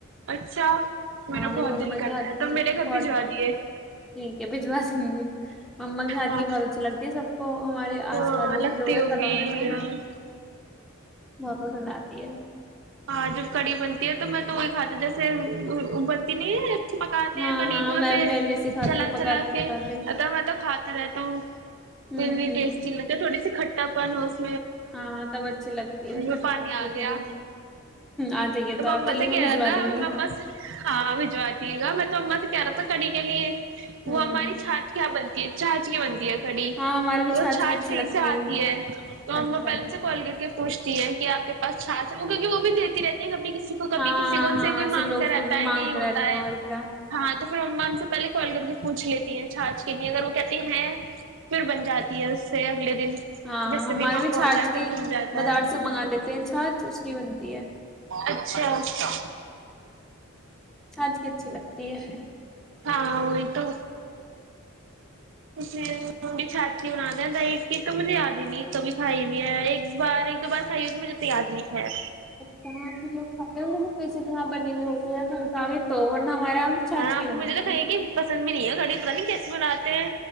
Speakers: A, on the right; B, in the centre.
A: اچھا میرا
B: ہاں
A: بہت
B: مری مما
A: دل کر
B: کے ہاتھ
A: رہا ہے تب
B: کی
A: میرے گھر
B: بہت
A: بھجوا دیے
B: ٹھیک ہے بھجوا دیں گے مما کے ہاتھ
A: ہاں
B: کی بہت اچھی لگتی ہے سب کو ہمارے
A: تو
B: آس پاس جیسے
A: لگتی
B: لوگ ہیں
A: ہوگی
B: کالونی ہے مب پسند آتی ہے
A: ہاں جب کڑی بنتی ہے تو میں تو وہی کھاتی جیسے بنتی نہیں ہے پکاتے
B: ہاں
A: ہیں کڑوں
B: ہاں میں
A: سے
B: میں بھی ایسے کھاتی
A: چلا
B: ہوں پکاتے
A: چلا کے
B: پکاتے
A: ا میں تو کھاتا رہتا ہوں
B: ہوں
A: اتنی ٹیسٹی لگتی ہے تھوڑی سی <inaudible>
B: ہاں تب اچھی لگتی
A: منہ
B: ہے
A: میں
B: کھٹتی
A: پانی
B: کھٹتی
A: آ
B: تھوڑی
A: گیا
B: آ جائیے
A: تو مما
B: آپ چلیے
A: سے کہہ
B: میں
A: رہا
B: بھجوا
A: تھا
B: دوں
A: میں
B: گی
A: مما سے ہاں بھجوا دیوں گا میں تو اما سے کیا رہا تو کڑی کے لیے وہ
B: ہوں
A: ہماری چھات کیا بنتی چاہج کی بنتی ہے کڑی
B: ہاں ہمارے بھی
A: تو
B: چھاچ
A: چھاچیں
B: کی اچھی لگتی
A: سے آتی ہے تو
B: اچھا
A: ہمو پہلے
B: اچھا
A: سے کال کر کے پوچھ تی ہے کہ آ کے پاس چھچ ہے وہ کیک وہ بھی دیتی رہتی سبھی کسی کو کبھی
B: ہاں
A: کسی کو ان
B: ہاں
A: سے کوئی
B: ایسے
A: مانگ
B: لوگ
A: کراتا
B: پھر
A: ہے
B: مانگتے
A: یہی ہوتا
B: رہتے ہیں
A: ہے
B: اور کیا
A: ہاں تو پھر ما ان سے پہلے کال کر کے پوچھ لیتی ہیں چھچ کے لیے اگر وہ کہتے ہیں پھر بن جاتی ہے اس سے اگلے دن
B: ہاں
A: جس سے
B: ہماراریے
A: موقع
B: بھی
A: ہوتا
B: چھاچھ
A: ہے پھر
B: کی
A: بن جاتا
B: بازار
A: ہے
B: سے منگا لیتے ہیں چھاچھ اس کی بنتی ہے
A: اچھاچا
B: سانج کی اچھی لگتی ہے
A: ہاں وہی تو اس بھی چھاتھی بن د ہیں ایک چیز تو مجھے یاد ہی نہیں ہے کبھی کھائی ہوئی ہے ایک بار ایک دو بار کھائی ہوئی تو مجھے تو یاد نہیں کھ
B: اچ ہم لوگ کھاتے ہیں کسی یہاں بنی ہوئی ہوتی ہے سنا تو ورنہ ہمارے یہاں چھاچ
A: ہاں ہم
B: کی بنتی
A: مجھے تو کھائیے
B: ہے
A: کہ پسند بھی نہیں ہے گھاڑی پت نہیں کیسے بناتے ہیں